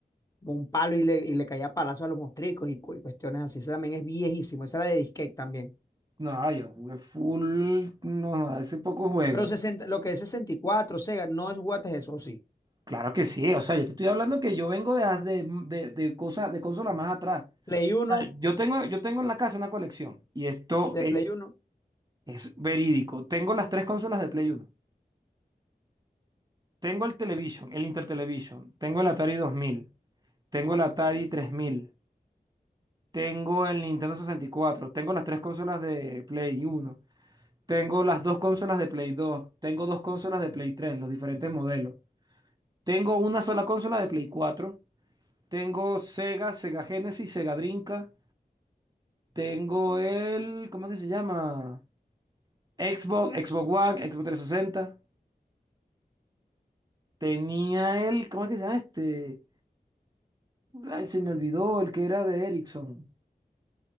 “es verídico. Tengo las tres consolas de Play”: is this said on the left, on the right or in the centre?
Right